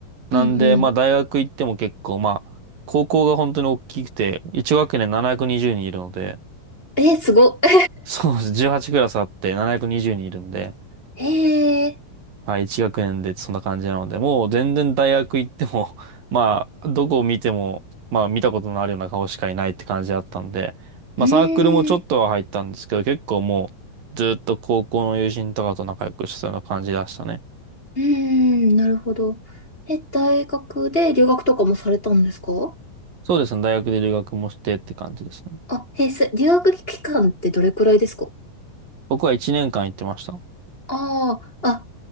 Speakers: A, on the left; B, on the right.
A: うんうん。
B: なんで、まあ大学行っても結構、まあ、高校が本当に大きくて、1学年720人いるので、
A: えー、すご。<laughs>
B: <laughs> そうです。18クラスあって720人いるんで、
A: へえ。
B: はい、1学年でそんな感じなので、もう全然大学行っても、<laughs> まあ、どこを見ても、まあ見たことのあるような顔しかいないって感じだったんで、まあサークルもちょっとは入ったんですけど、
A: うーん。
B: 結構もう、ずっと高校の友人とかと仲良くしてたような感じでしたね。
A: うーん、なるほど。え、大学で留学とかもされたんですか
B: そうですね。大学で留学もしてって感じですね。
A: あ、へえ、す留学期間ってどれくらいですか
B: 僕は1年間行ってました。
A: ああ、あ、